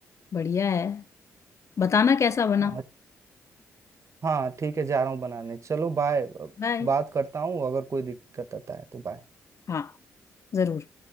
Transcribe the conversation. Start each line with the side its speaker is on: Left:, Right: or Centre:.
Left: बढ़िया है बताना कैसा बना
Right: हाँ हाँ ठीक है जा रहा हूँ बनाने चलो बाय
Left: बाय
Right: बात करता हूँ अगर कोई दिक्कत आता है तो बाय
Left: हाँ जरूर